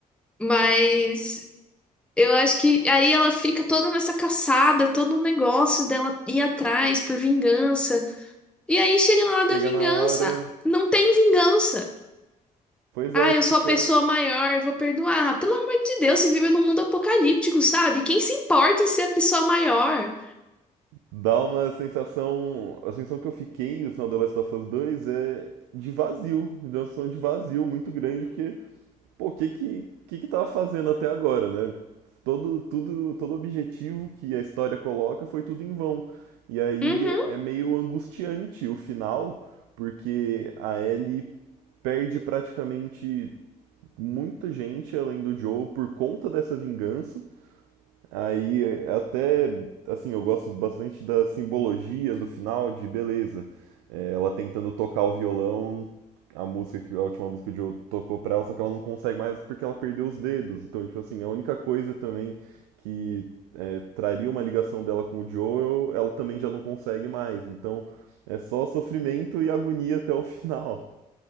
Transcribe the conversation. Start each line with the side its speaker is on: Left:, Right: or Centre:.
Centre: Mas Eu acho que aí ela fica toda nessa caçada, todo um negócio dela ir atrás por vingança. E aí chega na hora
Right: Chega
Centre: da vingança,
Right: na hora.
Centre: não tem vingança.
Right: Pois
Centre: Ah,
Right: é,
Centre: eu
Right: fica.
Centre: sou a pessoa maior, eu vou perdoar. Pelo amor de Deus, você vive num mundo apocalíptico, sabe? Quem se importa em ser a pessoa maior?
Right: Dá uma sensação. A sensação que eu fiquei no final do Last of Us 2 é de vazio. Me deu uma sensação de vazio muito grande, porque, pô, o que que, que que tava fazendo até agora, né? Todo, tudo, todo objetivo que a história coloca foi tudo em vão. E aí
Centre: Uhum.
Right: é meio angustiante o final, porque a Ellie perde praticamente muita gente além do Joe por conta dessa vingança. Aí é, até assim, eu gosto bastante da simbologia do final de beleza. É, ela tentando tocar o violão, a música que a última música que o Joe tocou pra ela, só que ela não consegue mais porque ela perdeu os dedos. Então, tipo assim, a única coisa também que é, traria uma ligação dela com o Joe, ela também já não consegue mais. Então, é só sofrimento e agonia até o <laughs> final.